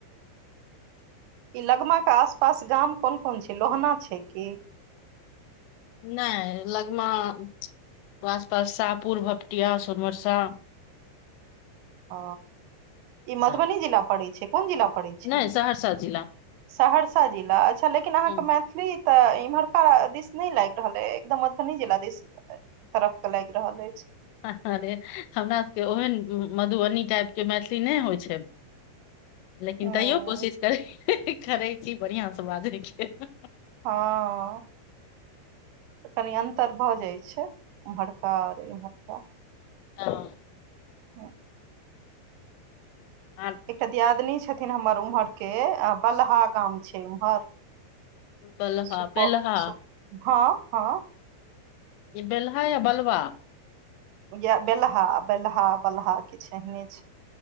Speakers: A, on the right; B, on the left.
A: ई लगमा कऽ आस पास गाम कोन कोन छै लोहना छै की
B: नै लगमा <inaudible> आसपास साहपुर भपटिया सोनवर्षा
A: अ ई मधुबनी
B: सब।
A: जिला पड़ै छै कोन जिला पड़ै छै
B: नहि
A: <inaudible>
B: सहरसा जिला
A: सहरसा जिला अच्छा लेकिन अहाँकेँ
B: हम्म,
A: मैथिली तऽ इम्हरका दिस नै लाइग रहल ए एकदम मधुबनी जिला दिस तरफ कऽ लाइग रहल ऐछ
B: <unintelligible> रे हमरा सभ केँ ओहन मधुबनी टाइप केँ मैथिली नै होइ छै
A: <inaudible>
B: लेकिन
A: हूँ
B: तैयो कोशिश करै <unintelligible> करै छी बड़ियाँ स बाजैय केँ
A: हँ तऽ कनि अन्तर भऽ जय छै ओम्हरका और इम्हरका
B: <unintelligible>
A: <unintelligible>
B: <unintelligible>
A: एकटा दियादनी छथिन हमर उम्हर केँ अ बलहा गाम छै उम्हर
B: बलहा
A: सुपौल
B: बेलहा
A: सु हऽ हऽ
B: ई बेलहा या बलबा
A: गै बेलहा बेलहा बलहा किछ एहने छै